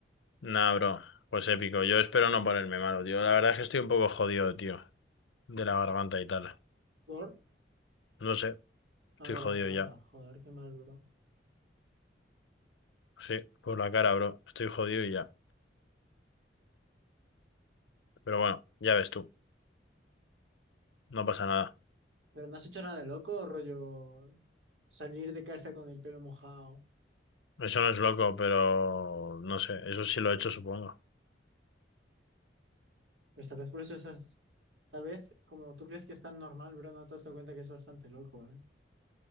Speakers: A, on the left; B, on the right.
A: Nah, bro, pues épico. Yo espero no ponerme malo, tío. La verdad es que estoy un poco jodido, tío, de la garganta y tal.
B: Por,
A: No sé, estoy
B: ah, de
A: jodido
B: la garganta.
A: ya.
B: Joder, qué mal, bro.
A: Sí, por la cara, bro. Estoy jodido y ya. Pero bueno, ya ves tú, no pasa nada.
B: Pero no has hecho nada de loco, rollo salir de casa con el pelo mojado.
A: Eso no es loco, pero no sé, eso sí lo he hecho, supongo.
B: Pues tal vez por eso esas, tal vez como tú crees que es tan normal, bro, no te has dado cuenta que es bastante loco, ¿eh?